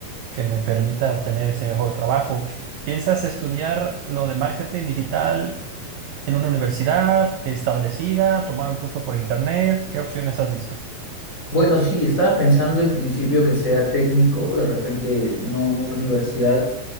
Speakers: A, on the right; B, on the left.
A: que me permita obtener ese mejor trabajo. ¿Piensas estudiar lo de marketing digital en una universidad establecida, tomar un curso por internet? ¿Qué opciones has visto?
B: Bueno, sí, estaba pensando en principio que sea técnico, de repente no en una universidad,